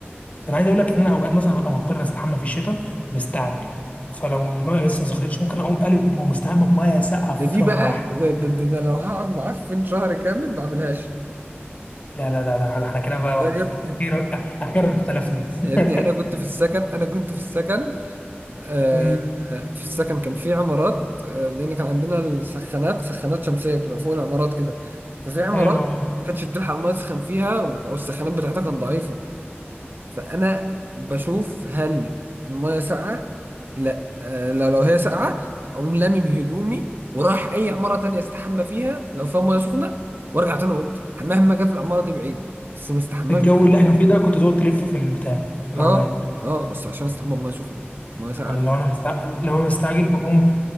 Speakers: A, on the left; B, on the right.
A: انا عايز اقول لك ان انا اوقات مثلا ببقى مضطر استحمى في الشتاء مستعجل فلو الميه لسه ما سخنتش ممكن اقوم قلب ومستحمى بميه ساقعه في
B: ده دي
A: شهر
B: بقى
A: واحد
B: ده, ده, ده, ده لو هقعد معفن شهر كامل ما اعملهاش
A: لا لا لا ده احنا كده بقى
B: ده جد
A: اخيرا اخيرا اختلفنا
B: يا ابني
A: <laughs>
B: انا كنت في السكن انا كنت في السكن آه،
A: إيه،
B: في السكن كان في عمارات آه، لان كان عندنا السخانات سخانات شمسيه بتبقى فوق العمارات كده ففي عمارات
A: حلو والله
B: ما كانتش بتلحق الميه تسخن فيها و- او السخانات بتاعتها كانت ضعيفه فانا بشوف هل الميه ساقعه لا آه، لا لو هي ساقعه اقوم لامم هدومي وراح اي عماره تانية استحمى فيها لو فيها ميه سخنه وارجع تاني اوضتي مهما كانت العماره دي بعيد بس ما استحماش
A: الجو
B: بمية-
A: اللي احنا فيه ده كنت تقعد تلف في البتاع في العمايل
B: اه اه بس عشان استحمى بميه سخنه ميه ساقعه
A: انا
B: دي
A: لو انا مستعجل لو انا مستعجل بقوم